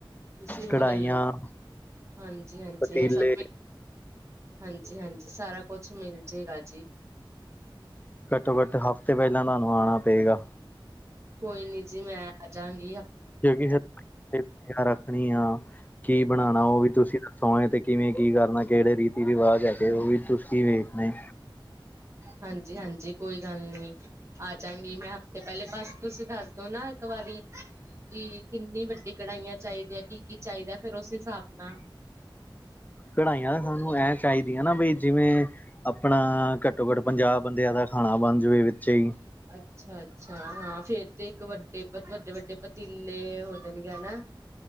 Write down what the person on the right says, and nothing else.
ਤੁਸੀਂ
ਉਹ ਲੈਲੋ ਹਾਂਜੀ, ਹਾਂਜੀ
ਇਹ ਸਭ ਹਾਂਜੀ, ਹਾਂਜੀ ਸਾਰਾ ਕੁਛ ਮਿਲ ਜਾਏਗਾ ਜੀ।
ਕੋਈ ਨੀ ਜੀ ਮੈਂ ਆ ਜਾਗੀ।
ਹਾਂਜੀ, ਹਾਂਜੀ ਕੋਈ ਗੱਲ ਨੀ। ਆ ਜਾਗੀ ਮੈਂ ਹਫ਼ਤੇ ਪਹਿਲੇ ਬਸ ਤੁਸੀਂ ਦੱਸਦੋ ਨਾ ਇੱਕ ਵਾਰੀ ਕੀ ਕਿੰਨੀ ਵੱਡੀ ਕੜਾਹੀਆਂ ਚਾਹੀਦੀਆਂ ਕੀ ਕੀ ਚਾਹੀਦਾ ਫੇਰ ਉਸ ਹਿਸਾਬ ਨਾਲ
ਅੱਛਾ, ਅੱਛਾ ਹਾਂ ਫੇਰ ਤੇ ਇੱਕ ਵੱਡੇ, ਵੱਡੇ, ਵੱਡੇ ਪਤੀਲੇ ਹੋ ਜਾਣਗੇ ਹਨਾ।